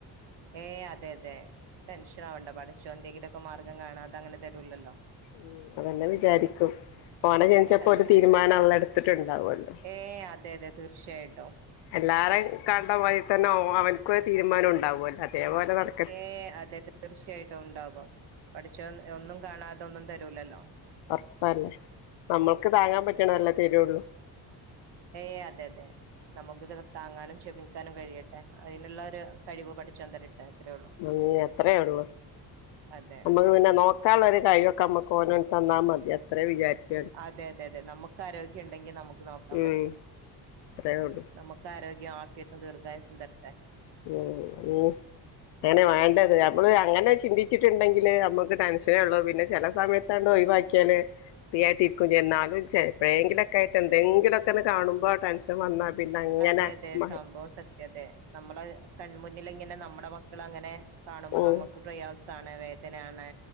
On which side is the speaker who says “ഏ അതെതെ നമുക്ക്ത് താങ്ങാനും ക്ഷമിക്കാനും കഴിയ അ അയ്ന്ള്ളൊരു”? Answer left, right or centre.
Right